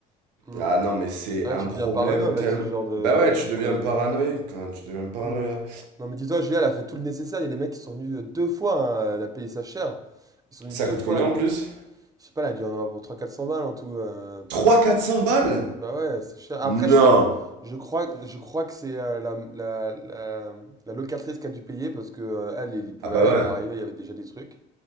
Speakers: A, on the right (about 15°); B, on the right (about 85°).
A: Hmm.
B: Ah non, mais c'est
A: Ah,
B: un
A: tu
B: problème
A: deviens parano avec
B: tellement.
A: ce genre de,
B: Bah
A: de,
B: ouais, tu
A: de problème.
B: deviens paranoïaque, hein, tu deviens paranoïaque.
A: Mm. Non, mais dis-toi, Julia, elle a fait tout le nécessaire. Il y a des mecs qui sont venus euh, deux fois. hein, elle a payé sa chère. Ils sont venus
B: Ça
A: deux
B: coûte
A: fois.
B: combien en plus
A: Je sais pas, elle a dû en avoir pour trois cents quatre cents balles en tout. euh, pour
B: Trois
A: qu'ils.
B: cents quatre cents balles
A: Bah ouais, c'est cher. Après,
B: Non
A: je crois. Je crois, je crois que c'est euh, la, la, la, la locatrice qui a dû payer parce que euh, elle, il pouvait
B: Ah bah
A: rien.
B: ouais.
A: Elle est arrivée, il y avait déjà des trucs.